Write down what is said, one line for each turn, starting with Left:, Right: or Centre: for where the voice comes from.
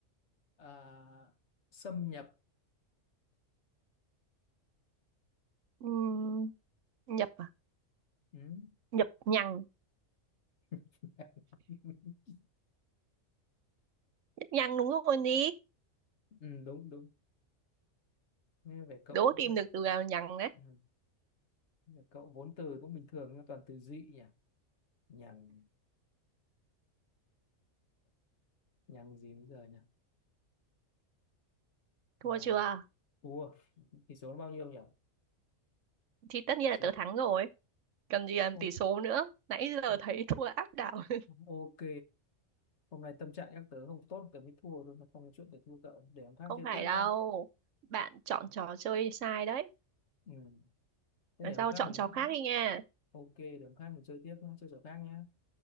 Left: à, xâm nhập
Right: Ừ, nhập à?
Left: ừ.
Right: Nhập nhằng.
Left: <laughs>
Right: Nhập nhằng đúng rồi đi.
Left: ừ, đúng đúng nghe về cậu
Right: Đố tìm
Left: cũng phải
Right: được từ nào nhằng đấy.
Left: ừ. về cậu vốn từ cũng bình thường nhưng toàn từ dị nhỉ nhằng nhằng gì bây giờ nhỉ
Right: Thua
Left: nhằng
Right: chưa?
Left: thua tỷ số nó bao nhiêu nhỉ
Right: Thì tất nhiên
Left: Số-
Right: là tớ thắng rồi. Cần gì làm
Left: ô,
Right: tỷ số nữa. Nãy giờ
Left: ô,
Right: thấy <laughs> thua áp đảo. <laughs>
Left: ok hôm nay tâm trạng các tớ không tốt tớ mới thua thôi không có chuyện để thua cậu để hôm khác
Right: Không
Left: chơi
Right: phải
Left: tiếp
Right: đâu.
Left: nhá
Right: Bạn chọn trò chơi sai đấy.
Left: ừ. thế
Right: Lần
Left: để
Right: sau
Left: hôm khác
Right: chọn
Left: mình
Right: trò khác đi nha.
Left: ok để hôm khác mình chơi tiếp nhá chơi trò khác nhá